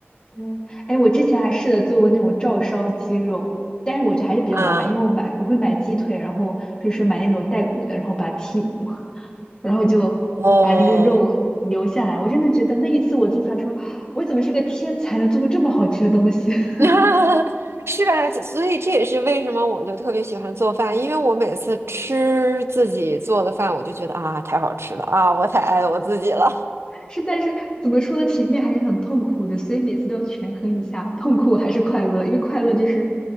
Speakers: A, on the left; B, on the right.
A: 对，哎，我之前还试着做过那种照烧鸡肉，但是我觉得还是比较麻烦，
B: 啊，
A: 因为我买我会买鸡腿，然后就是买那种带骨的，然后把它剔，<laughs> 然后就把那个肉留下来。
B: 哦。
A: 我真的觉得那一次我做出来说，我怎么是个天才，能做出这么好吃的东西？<laughs>
B: <laughs> 是吧？所以这也是为什么我就特别喜欢做饭，因为我每次吃自己做的饭，我就觉得啊，太好吃了啊，我太爱我自己了。
A: 是，但是怎么说呢？前面还是很痛苦的，所以每次都要权衡一下，痛苦还是快乐。因为快乐就是